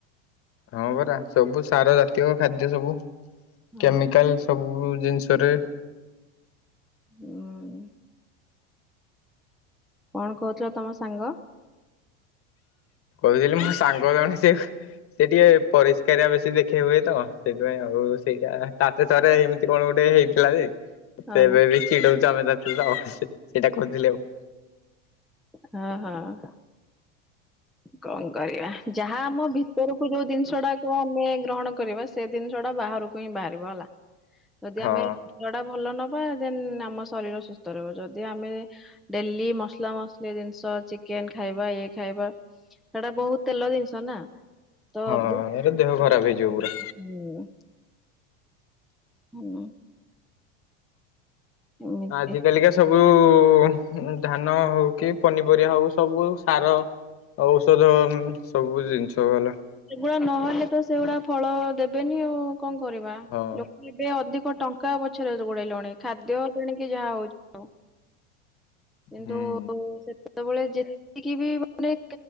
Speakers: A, on the left (about 40°); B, in the centre.
A: ହଁ ପରା ସବୁ ସାର ଜାତୀୟ ଖାଦ୍ୟ ସବୁ
B: ହଁ
A: କେମିକାଲ ସବୁ ଉଁ ଜିନିଷରେ
B: ହୁଁ କଣ କହୁଥିଲା ତମ ସାଙ୍ଗ?
A: କହୁଥିଲି ମୋ ସାଙ୍ଗ ଜଣ ସିଏ ସିଏ ଟିକେ ପରିଷ୍କାର ଆ ବେଶୀ ଦେଖେଇ ହୁଏ ତ। ସେଥିପାଇଁ ଆଉ ସେଇଟା ତାତ ରେ ଏମିତି କଣ ଗୋଟେ ହେଇଥିଲା ଯେ
B: ହଁ
A: ଏବେ ବି ଚିଡଉଛି। <unintelligible> ସେଇଟା କହୁଥିଲି ଆଉ।
B: ହଁ ହଁ। କଣ କରିବା ଯାହା ଆମ ଭିତରକୁ ଯୋଉ ଜିନିଷ ଟାକୁ ଆମେ ଗ୍ରହଣ କରିବା ସେ ଜିନିଷ ଟା ବାହାରକୁ ହିଁ ବାହାରିବ ହେଲା ଯଦି
A: ହଁ
B: ଆମେ ଟା ଭଲ ନ ନବା ଦେନ୍ ଆମ ଶରୀର ସୁସ୍ଥ ରହିବ ଯଦି ଆମେ ଡେଲି ମସଲା ମସଲି ଜିନିଷ ଚିକେନ ଖାଇବା ଇଏ ଖାଇବା ସେଟା ବହୁତ ତେଲ ଜିନିଷ ନା। <unintelligible>
A: ହଁ ଏରା ଦେହ ଖରାପ ହେଇଯିବ ପୁରା।
B: ହୁଁ। ଏମିତି
A: ଆଜ କାଲିକା ସବୁ ହଁ ଧାନ ହଉ କି ପନିପରିବା ହଉ ସବୁ ସାର ଔଷଧ ସବୁ ଜିନିଷ ଗଲା।
B: ହେରା ନହେଲେ ତ ସେଗୁଡା ଫଳ ଦେବେନି ଆଉ କଣ କରିବା
A: ହଁ।
B: ଲୋକ ଏବେ ଅଧିକ କ ଟଙ୍କା ପଛରେ ଗୋଡେଇଲଣି ଖାଦ୍ୟ ଟଣ କି ଯାହା ହଉଛି ହଉ। କିନ୍ତୁ
A: ହୁଁ
B: ସେ ସେତେବେଳେ ଯେତିକି ବି ମାନେ